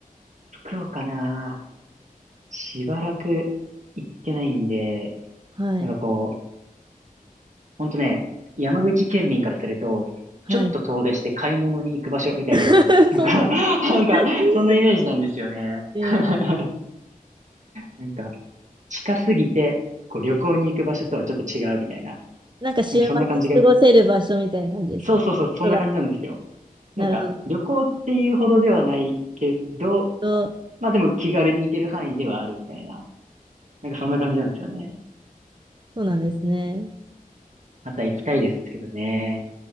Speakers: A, on the right; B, on the right.
A: 福岡なぁ。しばらく行ってないんで、
B: はい。
A: なんかこう、ほんとね、山口県民からすると、
B: はい。
A: ちょっと遠出して買い物に行く場所みたいな、
B: <laughs>
A: なんか
B: そうなんで
A: <laughs> なんか、
B: す
A: そんなイメージなんですよね。
B: ねえー、
A: <laughs> なんか、近すぎて、こう旅行に行く場所とはちょっと違うみたいな。
B: なんか週末過ごせる場所みたいな感じですね。
A: なんかそんな感じが、そうそうそう、そんな感じなんですよ。
B: そうだ。
A: なんか、
B: なるほど。
A: 旅行っていうほどではないけど、
B: そう
A: まあでも気軽に行ける範囲ではあるみたいな。なんかそんな感じなんですよね。
B: そうなんですね。
A: また行きたいですけどね。